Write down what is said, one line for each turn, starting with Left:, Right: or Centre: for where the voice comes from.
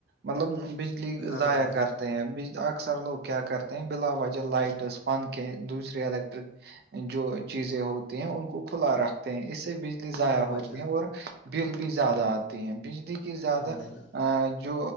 Right: مطلب بجلی
Left: ہاں
Right: ضائیا
Left: بھائی جان
Right: کر ہیں اکثر لوگ کیا کرتے ہیں بلا وجہ لائٹس پن کے دوسری الیکٹرک جو چیزیں ہو ہیں ان کو کھلا رکھتے ہیں اس سے بجلی ضائع
Left: ہاں بھائی
Right: ہوتی
Left: جان
Right: ہے اور بل بھی زیادہ آ ہیں بجلی کی زیادہ
Left: ہاں بھائی جان
Right: ا جو